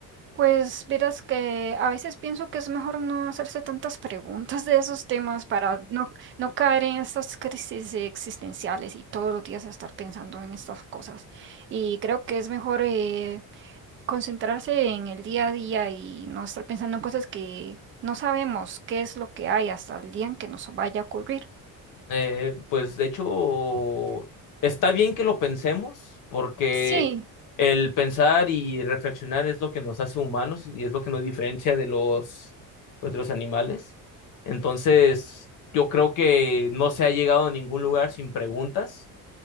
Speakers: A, on the right; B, on the left.
A: Pues verás que a veces pienso que es mejor no hacerse tantas preguntas de esos temas para no, no caer en estas crisis existenciales y todos los días estar pensando en estas cosas. Y creo que es mejor... eh, concentrarse en el día a día y no estar pensando en cosas que no sabemos qué es lo que hay hasta el día en que nos vaya a ocurrir.
B: Eh, pues de hecho, está bien que lo pensemos, porque
A: Sí,
B: el pensar y reflexionar es lo que nos hace humanos y es lo que nos diferencia de los, pues, de los animales. Entonces, yo creo que no se ha llegado a ningún lugar sin preguntas